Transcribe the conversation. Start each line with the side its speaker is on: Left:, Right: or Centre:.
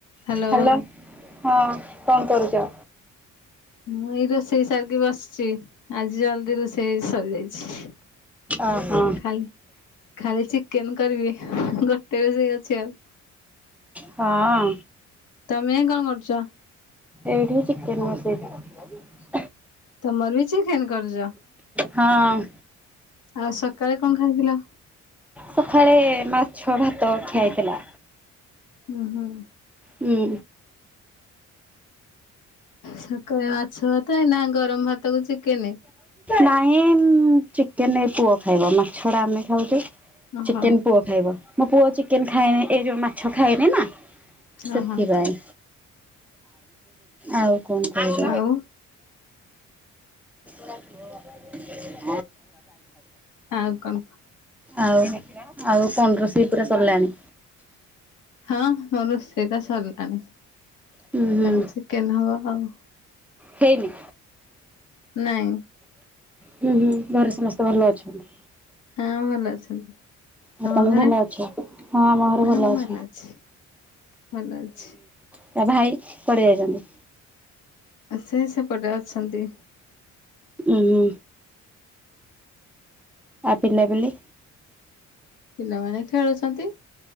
Left: Hello
Centre: hello ହଁ କଣ କରୁଛ?
Left: ମୁଁ ଏଇ ରୋଷେଇ ସାରିକି ବସିଚି। ଆଜି ଜଲଦି ରୋଷେଇ ଆଜି ସରିଯାଇଛି।
Centre: ଓହୋ
Left: ଖାଲି ଖାଲି ଚିକେନ କରିବି। ଗୋଟେ ରୋଷେଇ ଅଛି ଆଉ।
Centre: ହଁ।
Left: ତମେ କଣ କରୁଛ?
Centre: ଏଇଠି ଚିକେନ ବସେଇଥିଲି।
Left: ତ ମର ବି ଚିକେନ୍ କରିଚ?
Centre: ହଁ।
Left: ଆଉ ସକାଳେ କଣ ଖାଇଥିଲ?
Centre: ସଖାଳେ ମାଛ ଭାତ ଖିଆ ହେଇଥିଲା।
Left: ଉଁ ହୁଁ
Centre: ହୁଁ।
Left: ସକାଳେ ମାଛ ଭାତ ଏଇନା ଗରମ ଭାତ କୁ ଚିକେନ।
Centre: ନାଇଁ ଚିକେନ ଏ ପୁଅ ଖାଇବ ମାଛ ଡା ଆମେ ଖାଉଛୁ।
Left: ଓହୋ
Centre: ଚିକେନ ପୁଅ ଖାଇବ ମୋ ପୁଅ ଚିକେନ ଖାଏନି ଏଇ ଯୋଉଁ ମାଛ ଖାଏନି ନା। ସେଥିପାଇଁ।
Left: ଓହୋ
Centre: ଆଉ କଣ କହୁଛ?
Left: ଆଉ
Centre: <unintelligible>
Left: ଆଉ କଣ?
Centre: ଆଉ ଆଉ ପନ୍ଦରଶ ପୁରା ସରିଲାଣି?
Left: ହଁ ମୋର ରୋଷେଇଟା ସରିଲାଣି
Centre: ହୁଁ ହୁଁ
Left: ଖାଲି ଚିକେନ ହବା ଆଉ।
Centre: ହେଇନି?
Left: ନାଇଁ
Centre: ହୁଁ ହୁଁ ଘରେ ସମସ୍ତେ ଭଲ ଅଛନ୍ତି?
Left: ହଁ ଭଲ ଅଛନ୍ତି।
Centre: ଆଉ
Left: ତମ
Centre: ତମେ
Left: ଘରେ?
Centre: ଭଲ ଅଛ? ହଁ ଆମ ଘରେ
Left: ହଁ ଭଲ
Centre: ଅଛ।
Left: ଅଛି। ଭଲ ଅଛି।
Centre: ତା ଭାଇ କୁଆଡ଼େ ଯାଇଛନ୍ତି।
Left: ସେ ସେପଟେ ଅଛନ୍ତି।
Centre: ହୁଁ ହୁଁ। ଆ ପିଲା ପିଲି?
Left: ପିଲାମାନେ ଖେଳୁଛନ୍ତି।